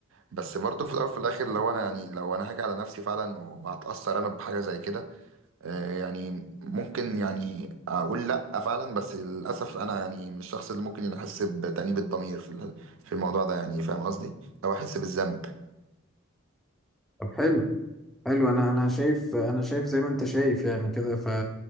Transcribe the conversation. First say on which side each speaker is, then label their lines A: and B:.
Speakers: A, on the right; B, in the centre.
A: بس برضو في الاول وفي الاخر لو انا يعني لو انا هاجي على نفسي فعلا وهتاثر انا بحاجه زي كده آه، يعني ممكن يعني اقول لا فعلا بس للاسف انا يعني من الشخص اللي ممكن يحس بتأنيب الضمير في ال- في الموضوع ده يعني فاهم قصدي او احس بالذنب
B: طب حلو حلو انا انا شايف انا شايف زي ما انت شايف يعني كده ف